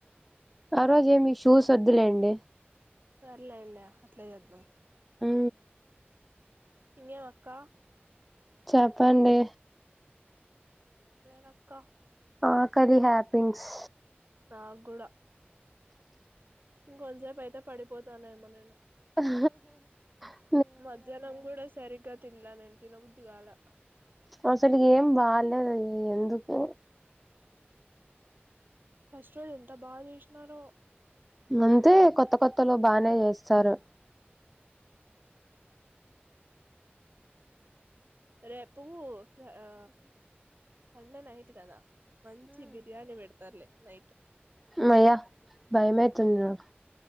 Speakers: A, in the centre; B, on the right (about 55°).
A: ఆ రోజేమి షూస్ వద్దులేండి
B: సర్లేండి అట్లే చేద్దాం
A: ఉ
B: ఇంగేమి అక్క
A: చెప్పండి
B: ఏం లేదు అక్కా
A: ఆ కది హ్యాపింగ్స్
B: నాక్కూడా ఇంకొంచం సేపు అయితే పడిపోతానేమో నేను
A: ఊ హు
B: మధ్యాహ్నం కూడా సరిగ్గా తినలే నేను తినబుద్ధి కాలే
A: అసలు ఏం బాలేదు ఎందుకో
B: ఫస్ట్ రోజు ఎంత బాగా చేసినారో
A: అంతే కొత్త కొత్తలో బానే చేస్తారు
B: రేపు ఆ సండే నైట్ కదా మంచి బిర్యానీ పెడతారులే నైట్
A: అమ్మయ్య భయమైతుంది నాకు